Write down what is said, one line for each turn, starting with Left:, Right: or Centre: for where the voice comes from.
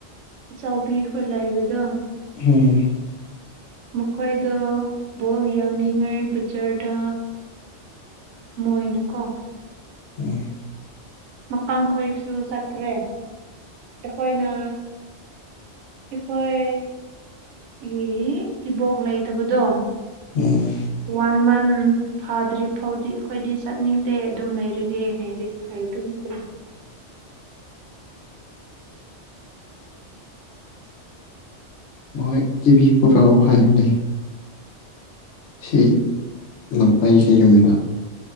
Right: ꯆꯥꯎꯕꯤꯈꯣꯏ ꯂꯥꯛꯏꯕꯗꯣ
Left: ꯎꯝ
Right: ꯃꯈꯣꯏꯗ ꯕꯣꯜ ꯌꯥꯡꯅꯤꯡꯉꯥꯏ ꯕꯖꯔꯗ ꯃꯣꯏꯅꯀꯣ
Left: ꯎꯝ
Right: ꯃꯈꯀꯪꯈꯣꯏꯁꯨ ꯆꯠꯇ꯭ꯔꯦ ꯑꯩꯈꯣꯏꯅ ꯑꯩꯈꯣꯏ ꯏꯕꯣꯛ ꯂꯩꯇꯕꯗꯣ
Left: ꯎꯝ
Right: ꯋꯥꯟ ꯃꯟ ꯎꯝ ꯐꯥꯗ꯭ꯔꯤ ꯐꯥꯎꯗꯤ ꯑꯩꯈꯣꯏꯗꯤ ꯆꯠꯅꯤꯡꯗꯦ ꯑꯗꯨꯝ ꯂꯩꯔꯒꯦ ꯍꯥꯏꯔꯤ ꯍꯥꯏꯕꯒꯤꯗꯤ
Left: ꯃꯣꯏ ꯇꯤꯚꯤ ꯄꯨꯔ ꯑꯣ ꯍꯔꯅꯦ ꯁꯤ ꯉꯪꯄꯩꯒꯤ ꯌꯨꯝꯗ